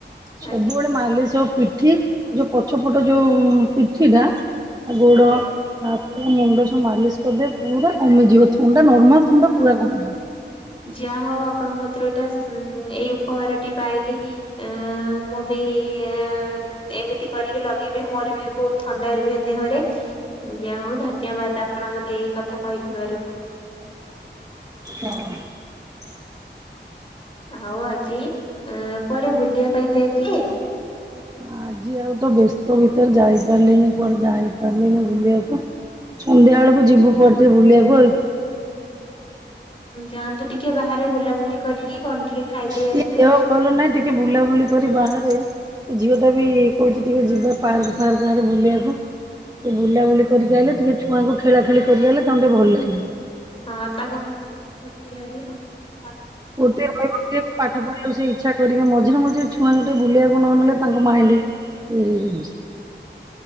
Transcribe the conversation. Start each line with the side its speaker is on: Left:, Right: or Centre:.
Right: ସବୁବେଳେ
Left: ଆଜ୍ଞା।
Right: ମାଲିସ ହୋଉ ପିଠି, ଯୋଉ ପଛ ପଟ ଯୋଉ ପିଠିଟା ଗୋଡ଼
Left: ଆଜ୍ଞା।
Right: ଆ ମୁଣ୍ଡ ସବୁ ମାଲିସ କରିଦେ ପୁରା କମିଯିବ, ଥଣ୍ଡା ନର୍ମାଲ ଥଣ୍ଡା, ପୁରା କମିଯିବ ।
Left: ଯା ହଉ ଆପଣଙ୍କ କତିରୁ, ଏଇଟା ଏଇ ଉପକାରଟି ପାଇଲି ମୁଁ ବି ଆ ଏମିତି କରିକି ଲଗେଇବି, ମୋର ବି ବହୁତ ଥଣ୍ଡା ରୁହେ ଦେହରେ, ଯା ହଉ ଧନ୍ୟବାଦ, ଆପଣ ମତେ ଏଇ କଥା କହିଥିବାରୁ
Right: ହଁ <unintelligible>
Left: ଆଉ ଆଜି କୁଆଡେ ବୁଲିବା ପାଇଁ ଯାଇଥିଲେ?
Right: ଆଜି ଆଉ ତ ବ୍ୟସ୍ତ ଭିତରେ ଯାଇପାରିଲିନି କୁଆଡେ, ଯାଇ ପାରିଲିନି ବୁଲିବାକୁ ସନ୍ଧ୍ୟା ବେଳକୁ ଯିବୁ କୁଆଡେ ଟିକେ ବୁଲିବାକୁ ଆଉ ।
Left: ଯାଆନ୍ତୁ ଟିକେ, ବାହାରେ ବୁଲାବୁଲି କରିକି କଣ ଟିକେ ଖାଇଦେଇ
Right: ଟିକେ
Left: ଆସିବେ
Right: ଦେହ ଭଲ ନାଇଁ, ଟିକେ ବୁଲାବୁଲି କରି ବାହାରେ ସେ ଝିଅ ଟା ବି କହୁଛି ଟିକେ ଯିବା ପାର୍କ ଫାର୍କ ଆଡେ ବୁଲିବାକୁ । ଟେ ବୁଲାବୁଲି କରିକି ଆସଲେ, ଟିକେ ଛୁଆଙ୍କୁ ଖେଳା ଖେଳି କରିଦେଲେ, ତାଙ୍କୁ ଟିକେ ଭଲ ଲାଗିବ ।
Left: ହଁ ତାଙ୍କ ମନ ଟିକେ ଫୁର୍ତ୍ତି ଲାଗିବ ।
Right: ପୂର୍ତ୍ତି ରହିବ କି ପାଠ ପଢିବାକୁ ସେ ଇଚ୍ଛା କରିବେ, ମଝିରେ ମଝିରେ ଛୁଆମାନଙ୍କୁ ଟିକେ ବୁଲିବାକୁ ନ ନେଲେ, ତାଙ୍କ ମାଇଣ୍ଡ ଇଏ ହେଇଯାଉଛି ।